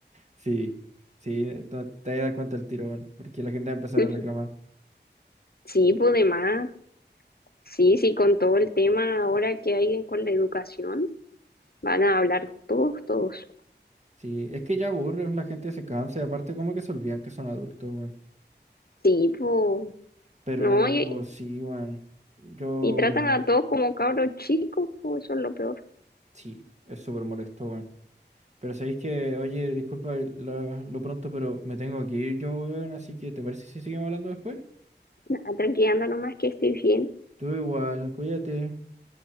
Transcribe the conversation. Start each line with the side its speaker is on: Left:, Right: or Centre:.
Right: Sí, sí, eh, no te vas a dar cuenta el tiro, bueno, porque la gente va a empezar
Left: <laughs>
Right: a reclamar.
Left: Sí, pues de más. Sí, sí, con todo el tema ahora que hay con la educación, van a hablar todos, todos.
Right: Sí, es que ya aburre, la gente se cansa y aparte como que se olvidan que son adultos, bueno.
Left: Sí, pues,
Right: Pero
Left: no, y,
Right: oh, sí, weón. Yo
Left: y tratan
Right: mm,
Left: a todos como cabros chicos, pues eso es lo peor.
Right: sí, es súper molesto, weón. Pero sabéis que, oye, disculpa la- lo pronto, pero me tengo que ir yo, weón. Así que, ¿te parece si seguimos hablando después?
Left: Nada, tranqui, anda nomás que estoy bien.
Right: Tú igual, cuídate.